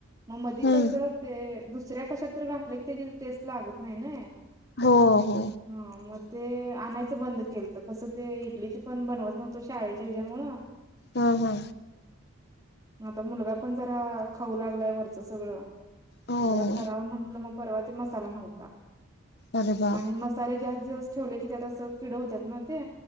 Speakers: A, on the right; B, on the left.
A: मग मधी
B: हम्म
A: कसं ते दुसऱ्या कशात तर घाठलं की त्याची तेच लागत नाही ना
B: हो हो
A: हा मग ते आणायचं बंद केलं तर कसं ते इडलीच पण बनवत नव्हतं शाळेच्या ह्याच्यामुळं
B: हा हा
A: आता मुलगा पण जरा खाऊ लागलाय वरचं सगळं
B: हो
A: मग जरा करावं म्हंटलं मग मसाला नव्हता
B: अरे बाप
A: आणि म सारे जास्त दिवस ठेवले की त्यात असं किड होत्याात ना ते